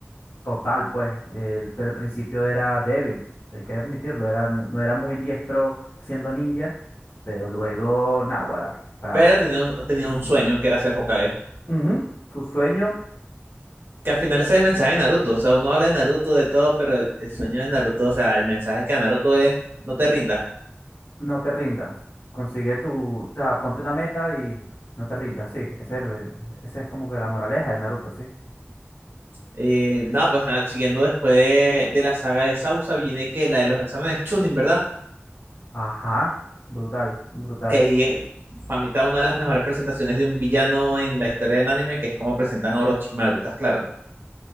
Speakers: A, on the left (about 60°); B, on the right (about 55°).
A: total, pues, el, pero al principio era débil, hay que admitirlo, era, no, no era muy diestro siendo ninja, pero luego, náguara, o sea.
B: Pero tenía, un- tenía un sueño que era ser Hokage.
A: Ujú, Tu sueño,
B: Que al final ese es el mensaje de Naruto, o sea, uno habla de Naruto, de todo, pero el el sueño de Naruto, o sea, el mensaje que da Naruto es, no te rindas.
A: no te rindas. Consigue tu, o sea, ponte una meta y no te rindas, sí. Ese es, el- ese es como que la moraleja de Naruto, sí.
B: Eh, nada, pues nada, siguiendo después de, de la saga de Sausa, viene que la de los exámenes Chunin, ¿verdad?
A: Ajá, brutal, brutal.
B: Que ahí es, para mí, está una de las mejores presentaciones de un villano en la historia del anime, que es como presentan a Orochimaru, ¿estás claro?